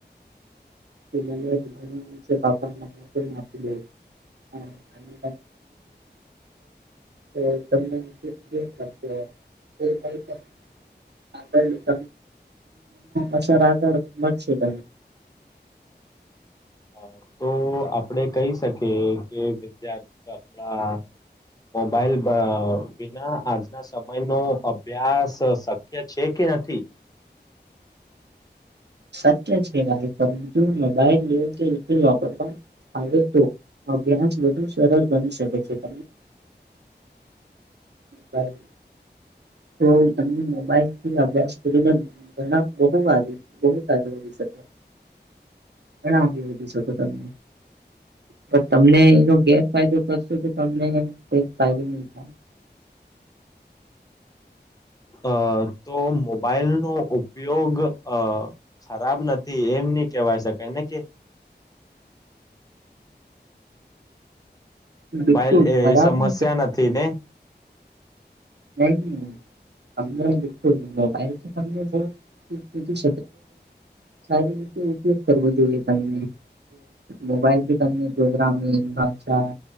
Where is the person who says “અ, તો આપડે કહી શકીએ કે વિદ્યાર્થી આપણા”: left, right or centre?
Left